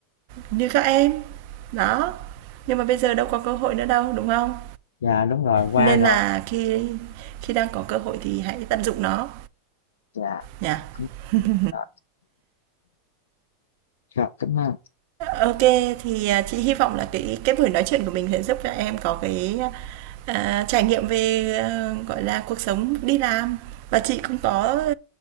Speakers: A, on the right; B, on the left.
A: như các em. Đó, nhưng mà bây giờ đâu có cơ hội nữa đâu, đúng không?
B: Dạ, đúng rồi, qua
A: Nên
B: rồi,
A: là khi khi đang có cơ hội thì hãy tận dụng nó
B: dạ,
A: nhỉ.
B: đúng
A: <laughs>
B: rồi. Rồi, cảm ơn,
A: OK, thì, à, chị hy vọng là cái cái buổi nói chuyện của mình sẽ giúp cho em có cái, à, trải nghiệm về, ờ, gọi là, cuộc sống đi làm và chị cũng có,